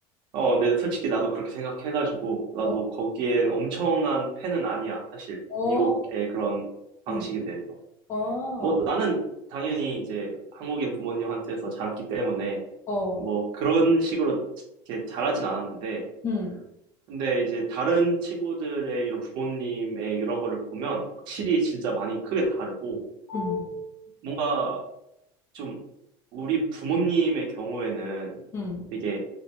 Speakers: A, on the right (about 40°); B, on the left (about 20°).
A: 어, 근데 솔직히 나도 그렇게 생각해가지고, 나도
B: 어,
A: 거기엔 엄청난 팬은 아니야, 사실.
B: 어,
A: 미국의 그런 방식에
B: 응,
A: 대해서.
B: 어,
A: 뭐, 나는 당연히 이제 한국인 부모님한테서 자랐기 때문에,
B: 어,
A: 뭐, 그런 식으로 이렇게 자라진 않았는데,
B: 응,
A: 근데 이제 다른 친구들의 이런 부모님의 이런 거를 보면 확실히
B: 응,
A: 진짜 많이 크게 다르고
B: 응.
A: 뭔가 좀 우리 부모님의 경우에는
B: 응.
A: 되게